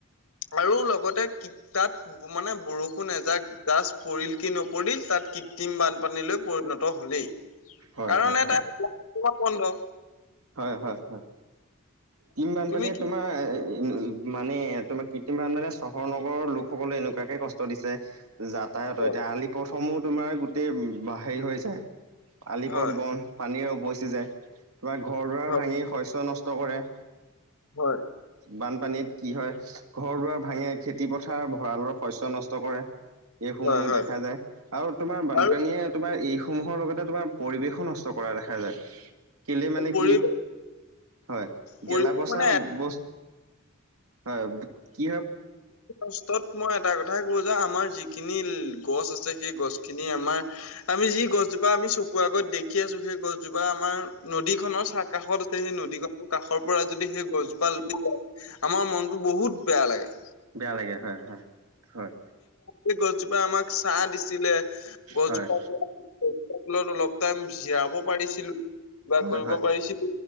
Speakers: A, on the left; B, on the right.
A: আৰু লগতে কি তাত মানে বৰষুণ এজাক জাষ্ট পৰিল কি নপৰিল, তাত কৃত্ৰিম বানপানীলৈ পৰিণত হলেই।
B: হয়
A: কাৰণে
B: হয়
A: এটা
B: হয়
A: <inaudible> বন্ধ।
B: হয় - হয় - হয়। ত্ৰিম বানপানীয়ে
A: তুমি কি
B: তোমাৰ মানে তোমাৰ কৃত্ৰিমবান মানে চহৰ-নগৰৰ লোকসকলে এনেকুৱাকে কষ্ট দিছে যাতায়াতৰ।
A: হয়
B: এতিয়া আলি পথসমূহ তোমাৰ গোটেই উম হেৰি হৈ যায়। আলিপথ
A: হয়
B: বন পানীৰে উপচি যায়। তোমাৰ ঘৰ দুৱাৰ
A: হয়
B: ভাঙি শস্য নষ্ ত কৰে।
A: হয়।
B: বানপানীত কি হয় ঘৰ -দুৱাৰ ভাঙে খেতি পথাৰ ভঁৰালৰ শস্য নষ্ট কৰে। এইসমূহ
A: হয় হয়
B: দেখা যায় আৰু তোমাৰ বানপানীয়ে
A: আৰু
B: তোমাৰ ই সমূহৰ লগতে তোমাৰ পৰিৱেশো নষ্ট কৰা দেখা যায়। কেলে মানে
A: পৰিৱেশ
B: কি হয়,
A: পৰিৱেশ
B: গেলাপচা
A: মানে
B: বস হয়, কি হয়
A: ফাৰ্ষ্টত মই এটা কথাই কওঁ যে আমাৰ যিখিনি গছ আছে সেই গছখিনি আমাৰ আমি যি গছজোপা আমি চকুৰ আগত দেখি আছো সেই গছজোপা আমাৰ নদী খনৰ চাহ কাষত আছে। সেই নদী <unintelligible> কাষৰ পৰা যদি সেই গছজোপা লৈ যায় আমাৰ মনতো বহুত বেয়া লাগে।
B: বেয়া লাগে হয়- হয় -হয়।
A: এই গছজোপা আমাক চাহ দিছিলে। গছজোপা
B: হয়
A: <unintelligible> ত' অলপ টাইম জিৰাব পাৰিছিলো বা
B: হয়
A: কৰিব
B: হয় হয়
A: পাৰিছিলো